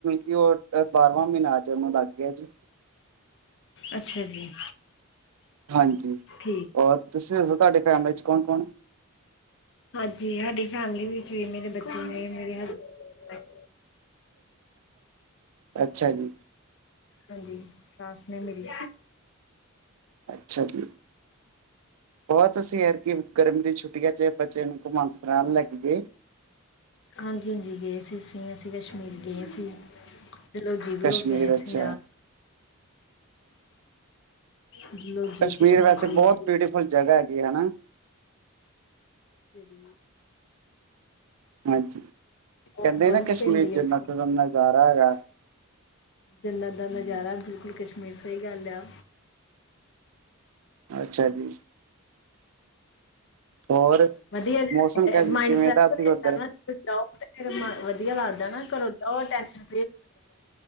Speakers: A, on the right; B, on the left.
A: ਕਿ ਉਹ ਬਾਰਵਾਂ ਮਹੀਨਾ ਅੱਜ ਉਨੂੰ ਲੱਗ ਗਿਆ ਜੀ।
B: ਅੱਛਾ ਜੀ
A: ਹਾਂਜੀ।
B: ਠੀਕ
A: ਹੋਰ ਤੁਸੀਂ ਦੱਸੋ, ਤੁਹਾਡੇ ਫੈਮਿਲੀ ਚ ਕੌਣ- ਕੌਣ?
B: ਹਾਂਜੀ, ਹਾਡੀ ਫੈਮਿਲੀ ਵਿੱਚ ਵੀ ਮੇਰੇ ਬੱਚੇ ਨੇ, ਮੇਰੇ ਹਸਬੈਂਡ-
A: ਅੱਛਾ ਜੀ।
B: ਹਾਂਜੀ, ਸਾਸ ਨੇ ਮੇਰੀ।
A: ਅੱਛਾ ਜੀ। ਹੋਰ ਤੁਸੀ ਐਦਕੀ ਗਰਮੀਂ ਦੀ ਛੁੱਟੀਆਂ ਚ ਬੱਚ ਚਿਆ ਨੂੰ ਘੁਮਾਣ ਫ਼ਿਰਾਣ ਲੈ ਕੇ ਗਏ?
B: ਹਾਂਜੀ 'ਹਾਂਜੀ ਗਏ ਸੀ ਅਸੀਂ, ਅਸੀਂ ਕਸ਼ਮੀਰ ਗਏ ਸੀ। ਡਲਹੌਜੀ ਵੀ
A: ਕਸ਼ਮੀਰ
B: ਹੋਕੇ ਆਏ ਹਾਂ ਅਸੀਂ
A: ਅੱਛਾ
B: ਨਾਲ ਡਲਹੌਜੀ
A: ਕਸ਼ਮੀਰ ਵੈਸੇ
B: ਗਏ
A: ਬਹੁਤ
B: ਸੀ
A: ਬਿਊਟੀਫੁਲ ਜਗ੍ਹਾ ਹੈਗੀ ਹਨਾ।
B: ਜੀ- ਜੀ।
A: ਹਾਂਜੀ,
B: ਬਹੁਤ
A: ਕਹਿੰਦੇ
B: ਬਰਫ਼
A: ਨਾ ਕਸ਼ਮੀਰ,
B: ਪੈਂਦੀ
A: ਜੰਨਤ
B: ਹੈ ਇੱਥੇ
A: ਦਾ ਨਜ਼ਾਰਾ ਹੈਗਾ।
B: ਜੰਨਤ ਦਾ ਨਜ਼ਾਰਾ, ਬਿਲਕੁਲ ਕਸ਼ਮੀਰ, ਸਹੀ ਗੱਲ ਆ।
A: ਅੱਛਾ ਜੀ। ਹੋਰ
B: ਵਧੀਆ ਜਗ੍ਹਾ
A: ਮੌਸਮ
B: ਹੈ,
A: ਕ
B: ਮਾਇੰਡ
A: ਕਿਵੇਂ
B: ਫਰੈਸ਼
A: ਦਾ
B: ਹੋ
A: ਸੀ
B: ਜੰਦਾ
A: ਉੱਧਰ
B: ਹੈ ਨਾਂ। ਜਾਓ ਤੇ ਫੇਰੇ ਮ ਵਧੀਆ ਲੱਗਦਾ ਨਾ, ਘਰੋਂ ਜਾਓ ਟੈਂਸ਼ਨ